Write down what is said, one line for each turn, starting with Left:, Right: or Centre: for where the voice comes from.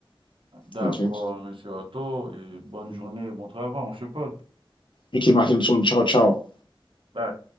Right: D'accord,
Left: OK?
Right: monsieur Otto, et bonne
Left: Mhm.
Right: journée et bon travail, on se parle.
Left: Mickey Martinson, ciao, ciao.
Right: Bye.